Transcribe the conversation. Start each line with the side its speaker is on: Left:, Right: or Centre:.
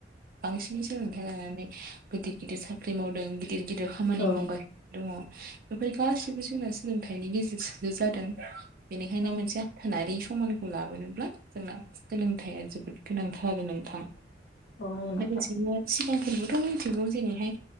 Right: बांसिनै सोलोंथाइ लानानै गिदिर गिदिर साख्रि मावदों गिदिर गिदिर खामानि
Left: औ
Right: मावगासिनो दङ बेफोर गासिबो जोंना सोलोंथाइनि गेजेरजोंसो जादों। बेनिखायनो
Left: औ
Right: मोनसे आथोनारि समान खौ लाबोनोब्ला जोंना सोलोंथाइया जोबोद गोनांथार आरो नोंथां
Left: औ नोंथां
Right: लोगोसेनो सिगांफोरबोथ' मिथिगौ जेरैहाय